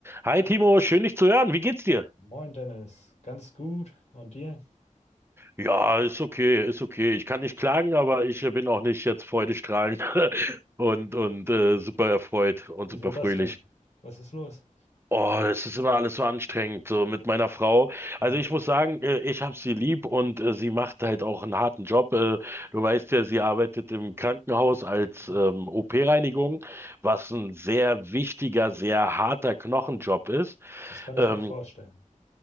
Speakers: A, on the right; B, on the left.
A: Hi Timo, schön dich zu hören. Wie geht's dir?
B: Moin Dennis, ganz gut. Und dir?
A: Ja, ist okay, ist okay. Ich kann nicht klagen, aber ich äh, bin auch nicht jetzt freudestrahlend <laughs> und und äh, super erfreut und
B: Wieso
A: super
B: das
A: fröhlich.
B: denn? Was ist los?
A: Oh, es ist immer alles so anstrengend, so mit meiner Frau.
B: Hm.
A: Also ich muss sagen, äh, ich habe sie lieb und äh, sie macht halt auch einen harten Job. Äh, du weißt ja, sie arbeitet im Krankenhaus als
B: Mhm.
A: ähm, OP-Reinigung, was ein sehr wichtiger, sehr harter Knochenjob ist.
B: Das kann ich
A: Ähm,
B: mir vorstellen.